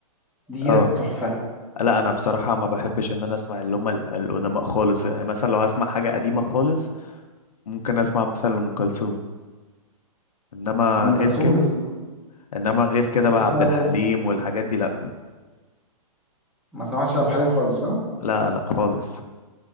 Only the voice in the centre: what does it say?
ديت
تحفه
ام كلثوم
بتس-
بتسمع
ايه لأم كلثوم
ما سمعتش لعبد الحليم خالص ها